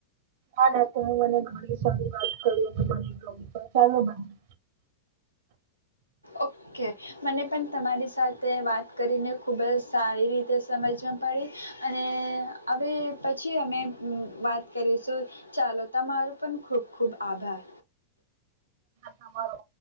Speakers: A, on the right; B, on the left.
A: અને તમે મને ઘણી સારી વાત કરી મને ગમ્યું ચાલું મળીએ.
B: ઓકે. મને પણ તમારી સાથે વાત કરીને ખૂબ જ સારી રીતે સમજવા પડી અને આવી પછી અમે વાત કરીશું ચાલો તમારું પણ ખૂબ ખૂબ આભાર.
A: તમારો